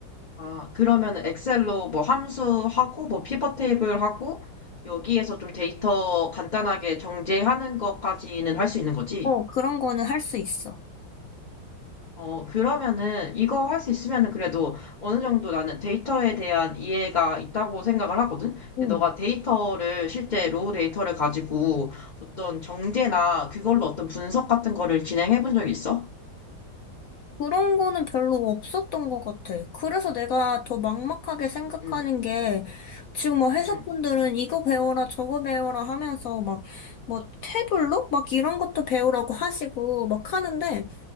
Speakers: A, on the left; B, on the left.
A: 아, 그러면은 엑셀로 뭐 함수하고, 뭐 피벗 테이블 하고, 여기에서 좀 데이터 간단하게 정제하는 것까지는 할 수 있는 거지?
B: 어, 그런 거는 할 수 있어.
A: 어, 그러면은 이거 할 수 있으면은 그래도 어느 정도 나는 데이터에 대한 이해가 있다고 생각을 하거든?
B: 응.
A: 근데 너가 데이터를 실제 로우 데이터를 가지고 어떤 정제나 그걸로 어떤 분석 같은 거를 진행해 본 적이 있어?
B: 그런 거는 별로 없었던 것 같아. 그래서 내가 더 막막하게 생각하는
A: 응, 응,
B: 게 지금 뭐 회사분들은
A: 응,
B: 이거 배워라 저거 배워라 하면서 막 뭐 태블로 막 이런 것도 배우라고 하시고 막 하는데